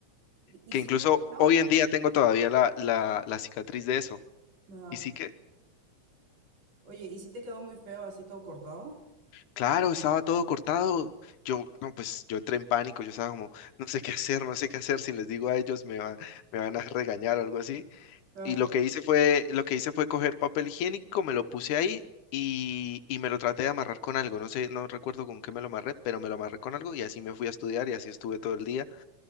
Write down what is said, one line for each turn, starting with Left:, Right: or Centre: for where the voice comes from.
Right: ¿Y, y
Left: Que
Right: sí
Left: incluso
Right: muy feo?
Left: hoy en día tengo todavía la, la, la cicatriz de eso.
Right: Ajá.
Left: Y sí que,
Right: Oye, ¿y sí te quedó muy feo así todo cortado?
Left: claro, estaba todo cortado. Yo, no, pues yo entré en pánico, yo estaba como, no sé qué hacer, no sé qué hacer, si les digo a ellos me va- me van a regañar o algo así.
Right: Ajá,
Left: Y lo que hice fue, lo que hice fue coger papel higiénico, me lo puse ahí y, y me lo traté de amarrar con algo. No sé, no recuerdo con qué me lo amarré, pero me lo amarré con algo y así me fui a estudiar y así estuve todo el día.